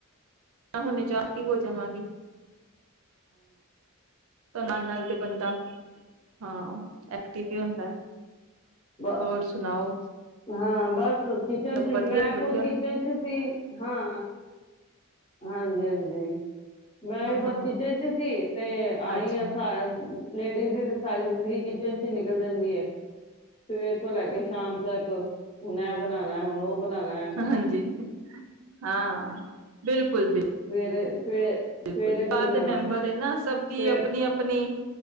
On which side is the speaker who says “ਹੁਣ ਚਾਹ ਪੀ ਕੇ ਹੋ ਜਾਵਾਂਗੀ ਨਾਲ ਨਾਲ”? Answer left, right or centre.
Right